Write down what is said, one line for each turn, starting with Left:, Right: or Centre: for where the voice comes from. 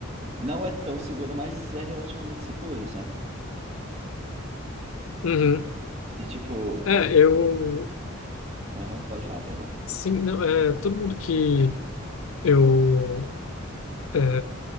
Right: não é tão segura, mas é relativamente segura, sabe?
Left: uhum.
Right: E tipo,
Left: É,
Right: você...
Left: eu,
Right: Aham, pode falar, perdão.
Left: sim, não, é, todo mundo que eu é,